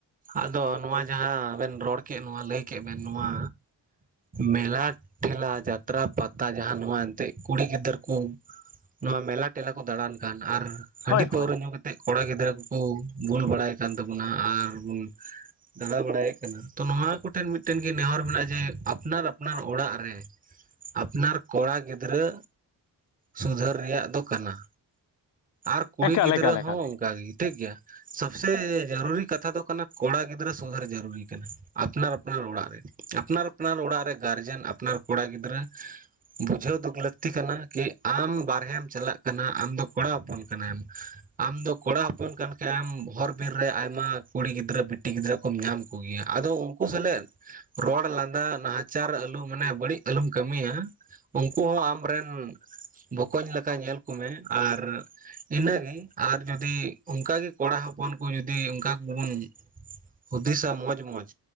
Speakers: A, on the right; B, on the left.
A: ᱟᱫᱚ ᱱᱚᱣᱟ ᱡᱟᱦᱟᱸᱵᱮᱱ ᱨᱚᱲ ᱠᱮᱫ ᱱᱚᱣᱟ ᱞᱟᱹᱭ ᱠᱮᱫ ᱵᱮᱱ, ᱱᱚᱣᱟ ᱢᱮᱞᱟ ᱴᱷᱮᱞᱟ, ᱡᱟᱛᱨᱟ, ᱯᱟᱛᱟ, ᱡᱟᱦᱟᱸ ᱱᱚᱣᱟ ᱮᱱᱛᱮᱜ ᱠᱩᱲᱤ ᱜᱤᱫᱽᱨᱟᱹ ᱠᱚ ᱱᱚᱣᱟ ᱢᱮᱞᱟ ᱴᱮᱞᱟ ᱠᱚ ᱫᱟᱬᱟᱱ ᱠᱟᱱ ᱟᱨ ᱦᱟᱺᱰᱤ
B: ᱦᱳᱭ
A: ᱯᱟᱹᱣᱨᱟᱹ
B: ᱦᱳᱭ
A: ᱧᱩ ᱠᱟᱛᱮᱫ ᱠᱚᱲᱟ ᱜᱤᱫᱽᱨᱟᱹ ᱠᱚ ᱵᱩᱞ ᱵᱟᱲᱟᱭ ᱠᱟᱱ ᱛᱟᱵᱚᱱᱟ ᱟᱨ ᱫᱟᱬᱟ ᱵᱟᱲᱟᱭᱮᱫ ᱠᱟᱱᱟ ᱛᱚ ᱱᱚᱣᱟ ᱠᱚᱴᱷᱮᱱ ᱢᱤᱫᱴᱮᱱ ᱜᱮ ᱱᱮᱦᱚᱨ ᱢᱮᱱᱟᱜᱼᱟ ᱡᱮ ᱟᱯᱱᱟᱨ ᱟᱯᱱᱟᱨ ᱚᱲᱟᱜ ᱨᱮ ᱟᱯᱱᱟᱨ ᱠᱚᱲᱟ ᱜᱤᱫᱽᱨᱟᱹ ᱥᱩᱫᱷᱟᱹᱨ ᱨᱮᱭᱟᱜ ᱫᱚ ᱠᱟᱱᱟ᱾ ᱟᱨ ᱠᱩᱲᱤ
B: ᱮᱠᱟᱞ
A: ᱜᱤᱫᱽᱨᱟᱹ
B: ᱮᱠᱟᱞ
A: ᱦᱚᱸ
B: ᱮᱠᱟᱞ
A: ᱚᱱᱠᱟ ᱜᱮ, ᱴᱷᱤᱠ ᱜᱮᱭᱟ᱾ ᱥᱚᱵ ᱥᱮ ᱡᱟᱹᱨᱩᱨᱤ ᱠᱟᱛᱷᱟ ᱫᱚ ᱠᱟᱱᱟ, ᱠᱚᱲᱟ ᱜᱤᱫᱽᱨᱟᱹ ᱥᱩᱫᱷᱟᱹᱨ ᱡᱟᱹᱨᱩᱨᱤ ᱠᱟᱱᱟ᱾ ᱟᱯᱱᱟᱨ ᱟᱯᱱᱟᱨ ᱚᱲᱟᱜ ᱨᱮ᱾ ᱟᱯᱱᱟᱨ ᱟᱯᱱᱟᱨ ᱚᱲᱟᱜ ᱨᱮ ᱜᱟᱨᱡᱮᱱ, ᱟᱯᱱᱟᱨ ᱠᱚᱲᱟ ᱜᱤᱫᱽᱨᱟᱹ ᱵᱩᱡᱷᱟᱹᱣ ᱫᱩᱠ ᱞᱟᱹᱠᱛᱤ ᱠᱟᱱᱟ ᱠᱤ ᱟᱢ ᱵᱟᱦᱨᱮᱢ ᱪᱟᱞᱟᱜ ᱠᱟᱱᱟ᱾ ᱟᱢ ᱫᱚ ᱠᱚᱲᱟ ᱦᱚᱯᱚᱱ ᱠᱟᱱᱟᱢ᱾ ᱟᱢ ᱫᱚ ᱠᱚᱲᱟ ᱦᱚᱯᱚᱱ ᱠᱟᱱ ᱠᱷᱟᱡ ᱮᱢ ᱦᱚᱨ ᱵᱤᱨ ᱨᱮ ᱟᱭᱢᱟ ᱠᱩᱲᱤ ᱜᱤᱫᱽᱨᱟᱹ ᱵᱤᱴᱤ ᱜᱤᱫᱽᱨᱟᱹ ᱠᱚᱢ ᱧᱟᱢ ᱠᱚᱜᱮᱭᱼᱟ᱾ ᱟᱫᱚ ᱩᱱᱠᱩ ᱥᱟᱞᱟᱜ ᱨᱚᱲ ᱞᱟᱸᱫᱟ ᱱᱟᱦᱟᱪᱟᱨ ᱟᱹᱞᱩ ᱢᱟᱱᱮ ᱵᱟᱹᱲᱤᱡ ᱟᱞᱚᱢ ᱠᱟᱹᱢᱤᱭᱟ᱾ ᱩᱱᱠᱩ ᱦᱚᱸ ᱟᱢ ᱨᱮᱱ ᱵᱚᱠᱚᱧ ᱞᱮᱠᱟ ᱧᱮᱞ ᱠᱚᱢᱮ ᱟᱨ ᱤᱱᱟᱹᱜᱮ ᱟᱨ ᱡᱩᱫᱤ ᱚᱱᱠᱟ ᱜᱮ ᱠᱚᱲᱟ ᱦᱚᱯᱚᱱ ᱠᱚ ᱡᱩᱫᱤ ᱚᱱᱠᱟ ᱠᱚᱵᱚᱱ ᱦᱩᱫᱤᱥᱟ ᱢᱚᱡᱽ ᱢᱚᱡᱽ